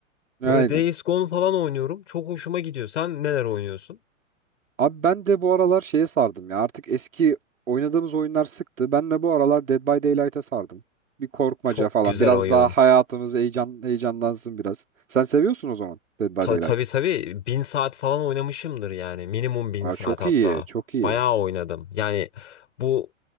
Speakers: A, on the right (about 75°); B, on the left (about 60°).
A: Aynen.
B: Böyle Days Gone falan oynuyorum. Çok hoşuma gidiyor. Sen neler oynuyorsun?
A: Abi ben de bu aralar şeye sardım ya. Artık eski oynadığımız oyunlar sıktı. Ben de bu aralar Dead by Daylight'a sardım. Bir korkmaca
B: Çok
A: falan.
B: güzel
A: Biraz
B: oyun.
A: daha hayatımız heyecan heyecanlansın biraz. Sen seviyorsun o zaman Dead by
B: Ta
A: Daylight'ı.
B: tabii tabii bin saat falan oynamışımdır yani. Minimum bin
A: Aa,
B: saat
A: çok
B: hatta.
A: iyi. Çok iyi.
B: Bayağı oynadım. Yani bu